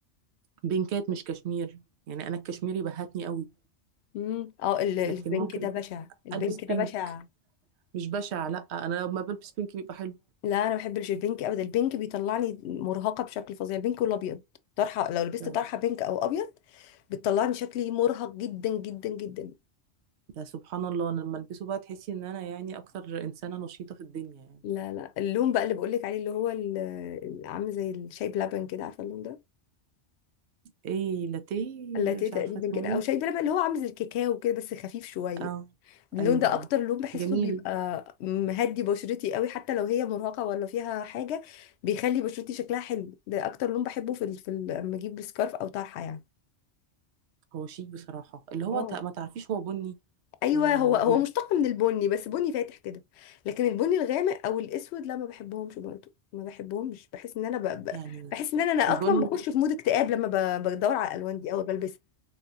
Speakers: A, on the right; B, on the left.
A: بينكات مش كشمير يعني انا الكشميري بهتني قوي
B: امم اه ال- البنك
A: لكن ممكن
B: ده بشع البنك
A: البس بينك
B: ده بشع
A: مش بشع لا انا لما بلبس بينك بيبقى حلو
B: لا انا ما بحبش البنك ابدا البنك بيطلعني مرهقه بشكل فظيع البنك والابيض طرحه لو لبست
A: ده
B: طرحه بينك او ابيض بتطلعني شكلي مرهق جدا جدا جدا
A: ده سبحان الله أنا لما البسه بقى تحسي ان انا يعني اكتر انسانه نشيطه في الدنيا يعني
B: لا لا اللون بقى اللي بقول لك عليه اللي هو ال- ال- عامل زي الشاي بلبن كده عارفه اللون ده
A: ايه لاتيه
B: اللاتيه
A: مش
B: تقريبا
A: عارفه اسمه
B: كده
A: ايه
B: او شاي بلبن اللي هو عامل زي الكاكاو كده بس خفيف شويه
A: اه
B: اللون
A: ايوه
B: ده
A: اه
B: اكتر لون بحسه
A: جميل
B: بيبقى مهدي بشرتي قوي حتى لو هي مرهقه ولا فيها حاجه بيخلي بشرتي شكلها حلو ده اكتر لون بحبه في ال... في ال... لما اجيب سكارف او طرحه يعني
A: هو شيك بصراحه اللي هو
B: اه
A: ت- ما تعرفيش هو بني
B: ايوه
A: ولا
B: هو هو
A: ايه
B: مشتق من البني بس بني فاتح كده لكن البني الغامق او الاسود لا ما بحبهمش برضو ما بحبهمش بحس ان انا ب... ب...
A: يعني
B: بحس ان انا انا اصلا
A: البني
B: بخش في مود اكتئاب لما ب... بدور على الالوان دي او بلبسها